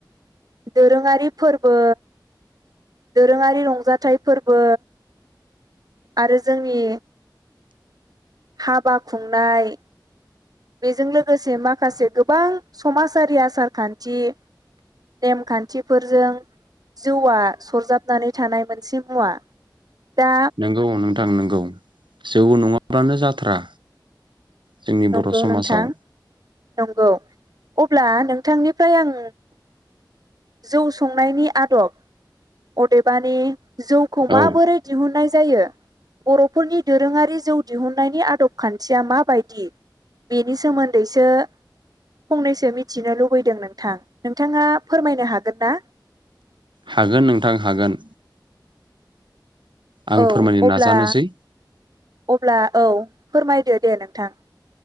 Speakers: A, on the right (about 55°); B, on the right (about 80°).
A: दोरोङारि फोरबो दोरोङारि रंजाथाइ फोरबो आरो जोंनि हाबा खुंनाय बेजों लोगोसे माखासे गोबां समाजारि आसार खान्थि नेमखान्थिफोरजों जौआ सरजाबनानै थानाय मोनसे मुवा दा
B: नोंगौ नोंथां नोंगौ जौ नङा बानो जाथारा। जोंनि
A: नंगौ
B: बर' समाजआव।
A: नोंथां नंगौ अब्ला नोंथांनिफ्राय आं जौ संनायनि आदब अदेबानि जौखौ माबोरै
B: औ
A: दिहुननाय जायो बर'फोरनि दोरोङारि जौ दिहुननायनि आदब खान्थिया माबायदि? बेनि सोमोन्दैसो फंनैसो मिथिनो लुबैदों नोंथां नोंथाङा फोरमायनो हागोनना?
B: हागोन नोंथां हागोन। आं
A: औ
B: फोरमायनो
A: अब्ला
B: नाजानोसै।
A: अब्ला औ फोरमायदो दे नोंथां।